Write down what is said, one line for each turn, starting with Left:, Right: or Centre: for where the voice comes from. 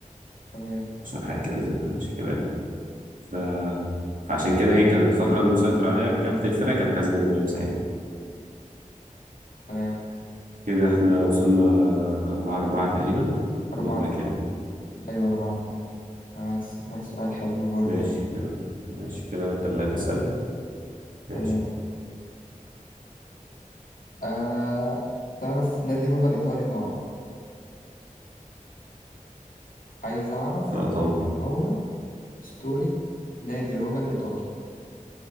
Left: تمام
Right: حاجة كده زي- شيكابالا ف... فعشان كده إيه كان الفترة اللي مسيطر عليها كابتن الفرقة كان حازم إمام ساعتها
Left: تمام
Right: كده إحنا وصلنا أربعة أربعة تقريبا
Left: أربعة
Right: ولا
Left: أربعة
Right: كام؟
Left: أيوة أربعة أربعة هسألك سؤال حلو برضه
Right: ماشي يلا ماشي كده أنت اللي هتسأل ماشي
Left: تمام آه تعرف نادي روما الإيطالي طبعا عايز أعرف
Right: اه طبعا
Left: مين هو أسطورة نادي روما الإيطالي